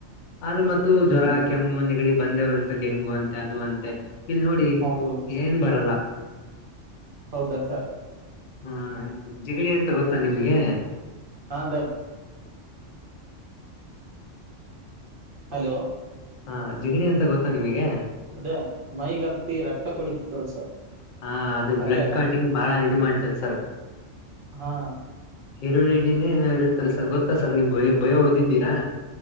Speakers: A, on the left; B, on the right.
A: ಅದ್ರು ಮತ್ತು
B: ಹ್ಮ್
A: ಜ್ವರ ಕೆಮ್ಮು ನೆಗಡಿ ಬಂದೇ ಬರುತ್ತೆ ಡೆಂಗು ಅಂತೆ ಅದು ಅಂತೆ ಇಲ್ಲಿ ನೋಡಿ
B: ಹೌದು
A: ಏನ್ ಬರಲ್ಲ.
B: ಹೌದಾ ಸರ್.
A: ಹಾ ಜಿಗಣಿ ಅಂತ ಗೊತ್ತಾ ನಿಮಗೆ.
B: ಹಾ ಅದೇ. ಹಲೋ
A: ಹಾ ಜಿಗಣಿ ಅಂತ ಗೊತ್ತಾ ನಿಮಗೆ.
B: ಅದೇ ಮೈಗೆ ಹತ್ತಿ ರಕ್ತ ಕುಡಿತಿತ್ ಅಲ್ಲ್ ಸರ್
A: ಹಾ ಅದು ಬ್ಲಾಡ್
B: ಅದೇ ಅಲ್ಲ
A: ಕಟಿಂಗ್ ಬಾಳ ಇದು ಮಾಡ್ತದ್ ಸರ್.
B: ಹಾ
A: ಇರುಡೆಡೀನೆ ಏನೋ ಇರುತ್ತಲ್ಲ ಸರ್ ಗೊತ್ ತ್ತ ಸರ್ ನಿಮ್ ಬಯೋ ಬಯೋ ಓದಿದ್ದೀರಾ.